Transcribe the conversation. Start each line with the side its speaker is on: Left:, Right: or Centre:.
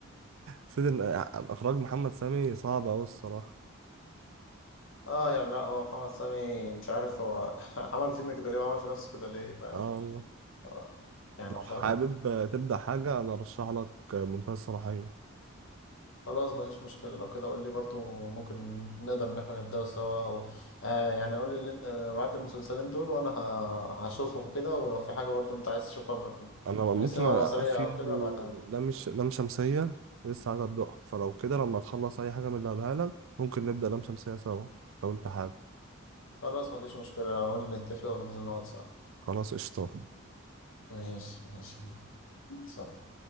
Right: سيدي إخراج محمد سامي صعب أوي الصراحة
Left: اه يعني لا هو محمد سامي مش عارف هو <laughs> عمل فينا كده ليه وعمل في نفسه كده ليه
Right: آه والله
Left: آه، يعني
Right: لو
Left: خ-
Right: حابب تبدأ حاجة أنا أرشح لك منتهى الصلاحية
Left: خلاص مفيش مشكلة لو كده قول لي برضو ممكن نقدر إن احنا نبدأ سوا أو آه يعني قول لي اللي- آه، بعد المسلسلين دول وأنا ه- هشوفهم كده ولو في حاجة برضو أنت عايز تشوفها من
Right: انا ممكن
Left: من السينما المصرية
Right: أ- في
Left: أو كده بعدها
Right: لام ش- لام شمسيه لسه عايز ابدأها فلو كده لما تخلص اي حاجه من اللي هقولها لك ممكن نبدا لام شمسيه سوا لو انت حابب
Left: خلاص مفيش مشكلة قول لي نتفق وننزل نقعد سوا
Right: خلاص قشطه
Left: ماشي ماشي سلام